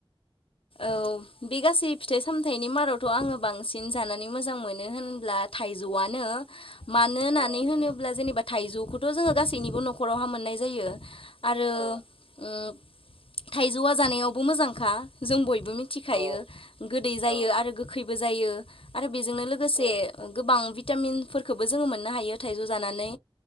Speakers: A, on the left; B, on the right.
A: औ बे गासै फिथाइ सामथाइनि मादावथ' आङो बांसिन जानानै मोजां मोनो होनब्ला थाइजौआनो मानो होननानै
B: औ
A: होनोब्ला जेनेबा थाइजौखौथ' जोङो गासैनिबो न'खरावहाय मोननाय जायो आरो
B: औ
A: ओम थाइजौआ जानायावबो मोजांखा जों बय बो मिथिखायो
B: औ
A: गोदै जायो
B: औ
A: आरो गोखैबो जायो आरो बेजोंनो लोगोसे
B: औ
A: ओ गोबां भिटामिनफोरखोबो जोङो मोननो हायो थाइजौ जानानै